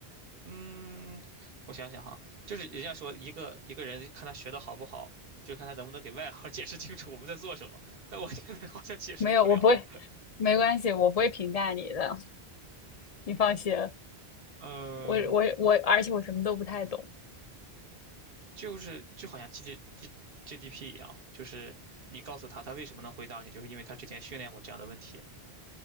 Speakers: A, on the right (about 60°); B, on the left (about 50°).
A: 嗯，我想想哈，就是人家说一个一个人看他学的好不好，就看他能不能给外行解释清楚我们在做什么。但我现在好像解释不了了。
B: 没有，我不会，没关系，我不会评价你的，你放心。
A: 嗯，
B: 我我我，而且我什么都不太懂。
A: 就是就好像 G G G GDP 一样，就是你告诉他他为什么能回答你，就是因为他之前训练过这样的问题